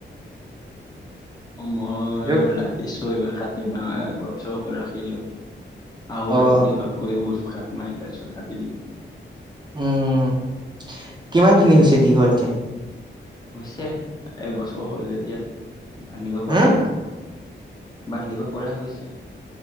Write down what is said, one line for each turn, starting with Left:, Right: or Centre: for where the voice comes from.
Left: মই
Right: ৰ।
Left: ৰাখিছো এইবাৰ কটিম আ এবছৰকৈ ৰাখিলো। আৰু
Right: অ',
Left: আপুনি ঘৰত কৰিব। কাটিম আ এতিয়া চব কাটি দিম।
Right: উম কিমান খিনি হৈছে দীঘল এতিয়া
Left: হৈছে এবছৰ হ'ল যেতিয়া। বান্ধিব পাৰো
Right: হা?
Left: আৰু। বান্ধিব পৰা হৈছে